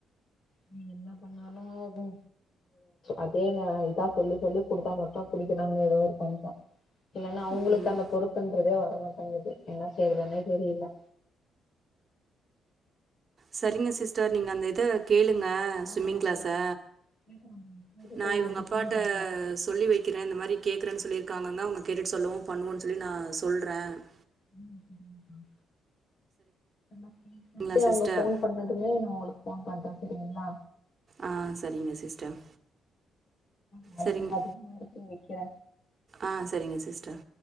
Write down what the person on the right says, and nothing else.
ம்
சரிங்க சிஸ்டர் நீங்கள் அந்த இதை கேளுங்க
ஸ்விம்மிங்
கிளாஸ்ஷ
நான்
இவங்க அப்பாட்ட
சொல்லி வைக்கிறேன் இந்த மாரி கேட்குறேன்னு சொல்லியிருக்காங்க அவங்க கேட்டுட்டு சொல்லவும் பண்ணுவோன்னு சொல்லி நான் சொல்றேன் <inaudible>
சரிங்களா சிஸ்டர்
ஆ சரிங்க சிஸ்டர்
சரிங்க
ஆ சரிங்க சிஸ்டர்